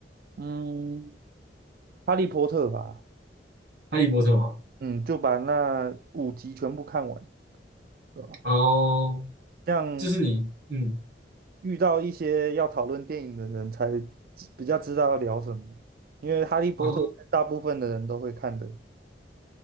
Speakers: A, on the right; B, on the right.
A: 嗯，哈利波特吧，
B: 哈利波特吗？
A: 嗯，就把那五集全部看完，对吧？
B: 哦，
A: 这样
B: 这是你，嗯，
A: 遇到一些要讨论电影的人才知比较知道要聊什么，因为哈利波特是大部分的人都会看的，
B: 啊，